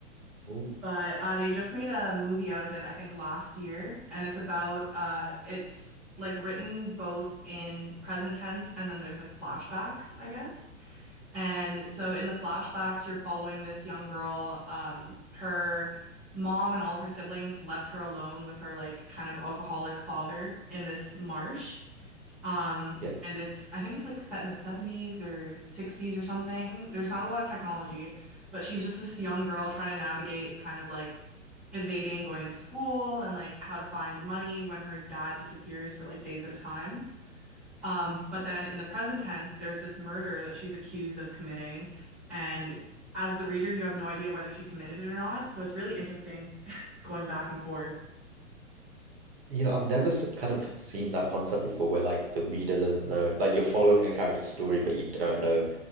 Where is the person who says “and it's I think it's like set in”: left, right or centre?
Centre